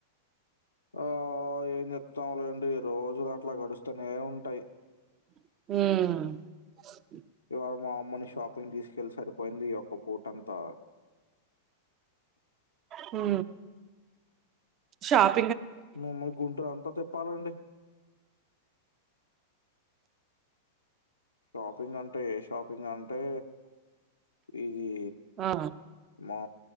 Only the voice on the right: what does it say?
హూ
హు షాప్
ఆ